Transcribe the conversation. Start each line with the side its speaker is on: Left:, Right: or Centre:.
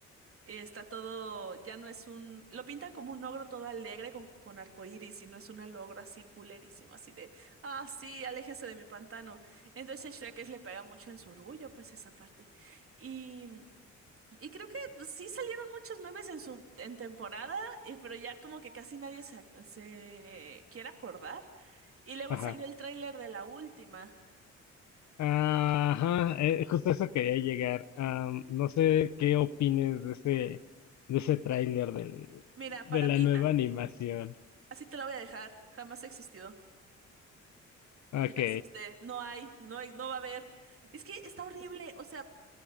Right: Y está todo, ya no es un, lo pintan como un ogro todo alegre con, con arcoíris y no es un ogro así culerísimo, así de, ah, sí, aléjense de mi pantano. Entonces Shrek es- le pega mucho en su orgullo, pues esa parte. Y, y creo que pues, sí salieron muchos memes en su, en temporada, eh, pero ya como que casi nadie se, se quiere acordar. Y luego
Left: ajá.
Right: salió el tráiler de la última.
Left: Ajá, eh, justo a eso quería llegar. Am, no sé qué opines de ese, de ese tráiler del,
Right: Mira,
Left: de
Right: para
Left: la
Right: mí,
Left: nueva
Right: ja-
Left: animación.
Right: así te la voy a dejar. Jamás existió.
Left: Ok.
Right: No existe. No hay. No hay. No va a haber. Es que está horrible. O sea,